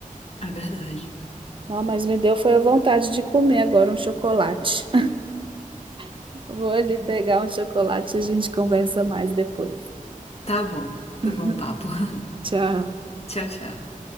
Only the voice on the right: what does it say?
Não, mas me deu foi a vontade de comer agora um chocolate. <laughs> Vou ali pegar um chocolate e a gente conversa mais depois.
<laughs>
Tchau.